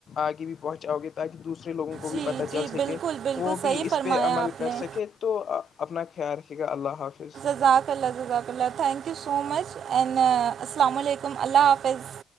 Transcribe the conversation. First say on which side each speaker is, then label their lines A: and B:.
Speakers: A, on the left; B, on the right.
A: آگے بھی پہنچاؤ گے تاکہ دوسرے لوگوں کو بھی
B: جی
A: پتہ
B: جی
A: چل سکے
B: بالکل بالکل
A: وہ بھی
B: صحیح
A: اس
B: فرمایا
A: پہ عمل
B: آپ
A: کر
B: نے
A: سکے تو اپنا خیال ٹھیک ہے اللہ حافظ
B: <unintelligible>